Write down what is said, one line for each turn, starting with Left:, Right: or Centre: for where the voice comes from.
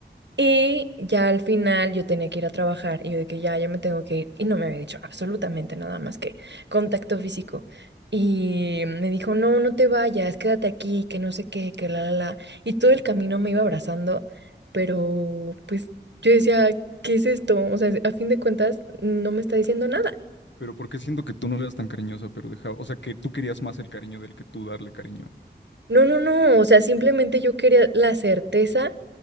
Right: Y ya al final yo tenía que ir a trabajar y yo de que ya, ya me tengo que ir. Y no me había dicho absolutamente nada más que contacto físico. Y me dijo, no, no te vayas, quédate aquí, que no sé qué, que la, la, la. Y todo el camino me iba abrazando, pero pues yo decía, ¿qué es esto? O sea, a fin de cuentas, no me está diciendo nada.
Left: Pero ¿por qué siento que tú no eras tan cariñosa, pero dejaba, o sea, que tú querías más el cariño del que tú darle cariño?
Right: No, no, no, o sea, simplemente yo quería la certeza